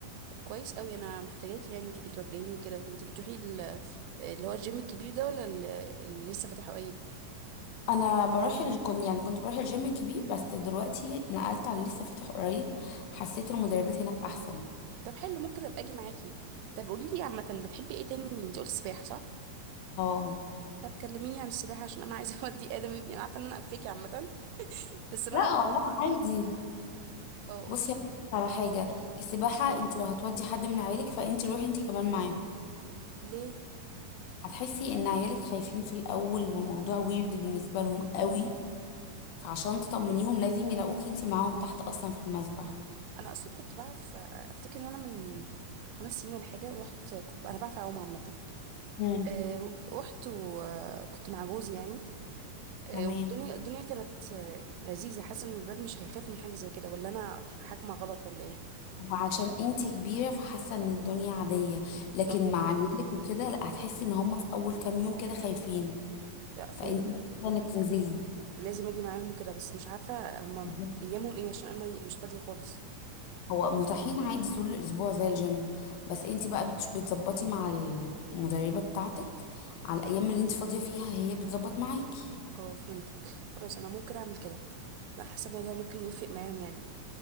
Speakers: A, on the right (about 85°); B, on the left (about 80°).
A: طب كويس قوي انا محتاجاكي يعني انتي بتوجهيني كده انتي بتروحي ال- اللي هو الجيم الكبير ده ولا اللي اللي لسه فاتحه قريب
B: أنا بروح ال... كنت يعني كنت بروح الجيم الكبير بس دلوقتي نقلت على اللي لسه فاتح قريب حسيت المدربات هناك أحسن
A: طب حلو ممكن ابقى اجي معاكي طب قولي لي عامه بتحبي ايه تاني انت قلتي سباحه صح
B: اه
A: طب كلميني عن السباحه عشان انا عايزه <laughs> اودي ادم ابني انا عارفه ان انا قفاكي عامه بس انا
B: لا اه لا عادي
A: اه قولي
B: بصي
A: لي
B: هقولك على حاجة السباحة انت لو هتودي حد من عيالك فانت روحي انت كمان معاهم
A: ليه
B: هتحسي ان عيالك خايفين في الاول والموضوع ويرد بالنسبه لهم
A: مم.
B: قوي فعشان تطمنيهم لازم يلاقوكي انتي معاهم تحت اصلا في المسبح
A: انا اصلا كنت بعرف افتكر ان انا من خمس سنين ولا حاجه رحت انا بعرف اعوم عامه
B: مم.
A: آه، رحت وكنت مع جوزي يعني آه،
B: تمام
A: والدنيا الدنيا كانت آه، لذيذه حاسه ان الولاد مش هيخافوا من حاجه زي كده ولا انا حاكمه غلط ولا ايه
B: وعشان انتي كبيره فحاسه ان الدنيا عاديه لكن
A: اه
B: مع عيالك وكده لا هتحسي ان هم في اول كام يوم كده خايفين
A: لا فهمت
B: فانتي محتاجة انك تنزلي
A: لازم اجي معاهم وكده بس مش عارفه هما
B: بالظبط.
A: ايامهم ايه عشان انا مش فاضيه خالص
B: هو متاحين عادي طول الاسبوع زي الجيم بس انتي بقى بتش- بتظبطي مع المدربه بتاعتك على الايام اللي انتي فاضيه فيها هي بتظبط معاكي
A: اه فهمتك خلاص انا ممكن اعمل كده لا حاسه الموضوع ممكن يفرق معاهم يعني